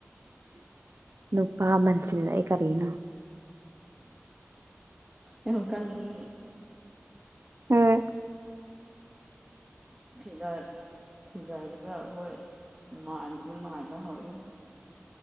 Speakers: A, on the right; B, on the right.
A: ꯅꯨꯄꯥꯃꯟꯁꯤꯜꯂꯑ ꯀꯔꯤꯅꯣ
B: ꯏꯣꯡꯀꯥꯟ ꯃꯤ
A: ꯍꯣꯏ
B: ꯐꯤꯒꯥ ꯐꯤꯒꯒꯥꯗ ꯍꯣꯏ ꯃꯥꯟꯗꯗꯒꯤ ꯃꯥꯟꯗ ꯍꯕꯔ